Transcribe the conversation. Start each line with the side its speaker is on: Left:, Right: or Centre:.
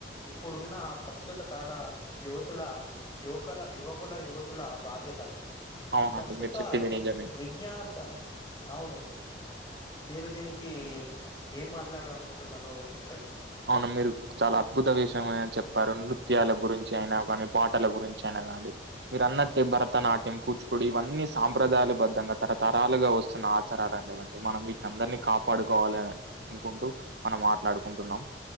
Left: ఇప్పుడున్న ప్రస్తుత కాల యువతుల యువకుల యువకుల యువతుల బాధ్యత
Right: అవునండి
Left: ప్రస్తుత
Right: మీరు చెప్పింది నిజమే
Left: విజ్ఞాన శ అవును మీరు దీనికి ఏం మాట్లాడాలనుకుంటున్నారో చెప్పండి
Right: అవును మీరు చాలా అద్భుత విషయని చెప్పారు నృత్యాల గురించి అయినా కానీ పాటల గురించి అయినా కానీ మీరు అన్నట్టే భరతనాట్యం కూచిపూడి ఇవన్నీ సాంప్రదాయ పద్ధంగా తరతరాలుగా వస్తున్న ఆచారాలనేవండి మనం వీటిని అందరినీ కాపాడుకోవాలిని అనుకుంట మనం మాట్లాడుకుంటున్నాం